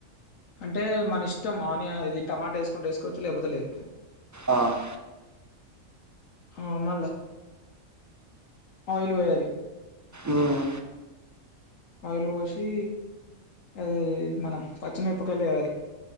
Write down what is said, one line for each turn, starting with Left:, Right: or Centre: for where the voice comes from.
Left: అంటే మన ఇష్టం ఆనియ ఇది టమాటా వేసుకుంటే వేసుకోవచ్చు లేకపోతే లేదు
Right: ఆ <inaudible>
Left: ఆ మళ్ళా ఆయిల్ పోయాలి
Right: ఉమ్
Left: ఆయిలు పోసి అది మనం పచ్చిమిరపకాయలు వేయాలి